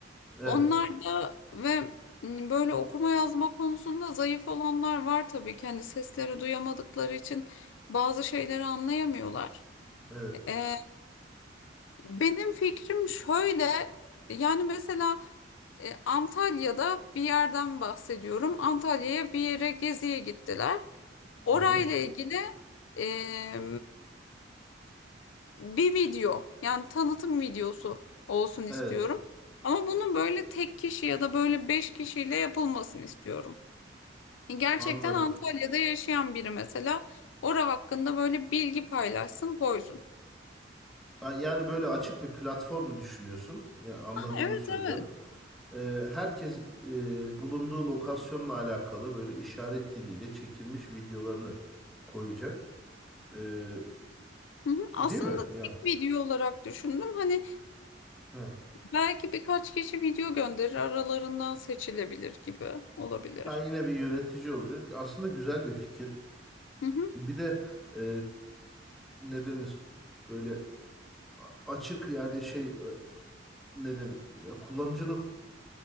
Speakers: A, in the centre; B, on the left (about 85°).
A: Evet.
B: Onlar da ve m, böyle okuma yazma konusunda zayıf olanlar var tabii ki. Hani sesleri duyamadıkları için bazı şeyleri anlayamıyorlar.
A: Evet.
B: Ee, benim fikrim şöyle yani mesela e, Antalya'da bir yerden bahsediyorum. Antalya'ya bir yere geziye gittiler. Orayla
A: Hı hı.
B: ilgili e, bir video yani tanıtım videosu olsun istiyorum.
A: Evet.
B: Ama bunun böyle tek kişi ya da böyle beş kişiyle yapılmasını istiyorum. E, Gerçekten
A: Anladım.
B: Antalya'da yaşayan biri mesela orası hakkında böyle bilgi paylaşsın koysun.
A: Ha, Yani böyle açık bir platform düşünüyorsun. Ya, anladığımı
B: Evet
A: söylüyorum.
B: evet.
A: Ee, herkes e, bulunduğu lokasyonla alakalı böyle işaret diliyle çekilmiş videolarını koyacak. Ee,
B: Hı hı. Aslında
A: değil mi?
B: tek
A: Ya.
B: video olarak düşündüm. Hani
A: Ha.
B: Belki birkaç kişi video gönderir, aralarından seçilebilir gibi olabilir.
A: ha yine bir yönetici olacak. Aslında güzel bir fikir.
B: Hı hı,
A: Bir de e, ne denir? Böyle a- açık yani şey e, neden ya kullanıcının